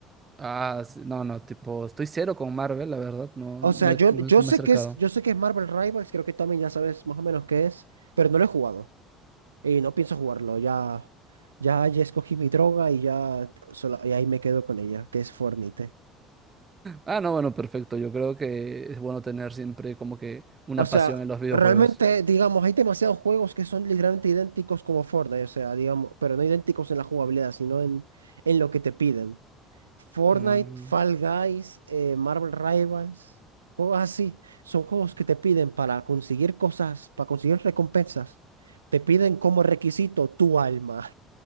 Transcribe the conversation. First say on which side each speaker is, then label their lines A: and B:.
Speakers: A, on the right (about 25°); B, on the right (about 80°).
A: Ah, sí, no, no, tipo, estoy cero con Marvel, la verdad, no,
B: O
A: no,
B: sea, yo,
A: he- no
B: yo
A: es- me
B: sé
A: he acercado.
B: que es, yo sé que es Marvel Rivals, creo que también ya sabes más o menos qué es, pero no lo he jugado y no pienso jugarlo. Ya, ya, ya escogí mi droga y ya, sola- y ahí me quedo con ella, que es Fornite.
A: Ah, no, bueno, perfecto. Yo creo que es bueno tener siempre como que una
B: O sea,
A: pasión en los videojuegos.
B: realmente, digamos, hay demasiados juegos que son literalmente idénticos como Fortnite, o sea, digamos, pero no idénticos en la jugabilidad, sino en, en lo que te piden. Fortnite,
A: Mm,
B: Fall Guys, eh, Marvel Rivals, juegos así, son juegos que te piden para conseguir cosas, para conseguir recompensas, te piden como requisito tu alma,